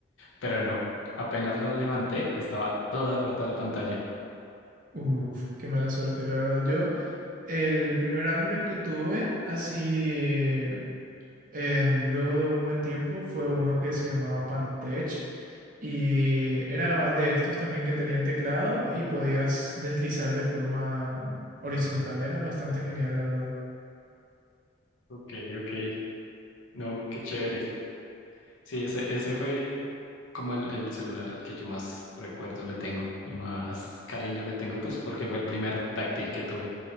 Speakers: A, on the left (about 90°); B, on the right (about 45°).
A: Pero no, apenas lo levanté, estaba toda rota la pantalla.
B: Uf, qué mala suerte, la verdad. Yo el primer Android que tuve así en- luego de un buen tiempo fue uno que se llamaba Pantech y era de estos también que tenían teclado y podías deslizar de forma horizontal. Era bastante genial, la verdad.
A: Ok, ok. No, qué chévere. Sí, ese, ese fue como el, el celular al que yo más recuerdo le tengo y más cariño le tengo, pues porque fue el primer táctil que tuve.